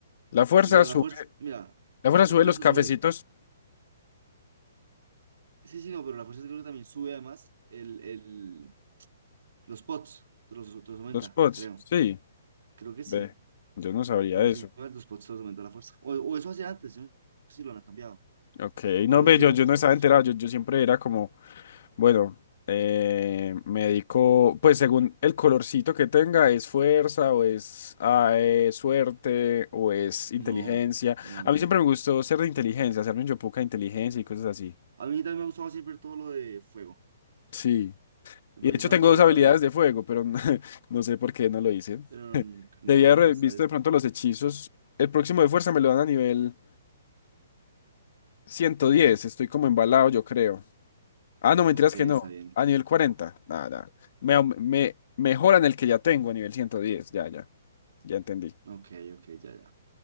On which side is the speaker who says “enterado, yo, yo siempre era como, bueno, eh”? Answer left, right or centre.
Left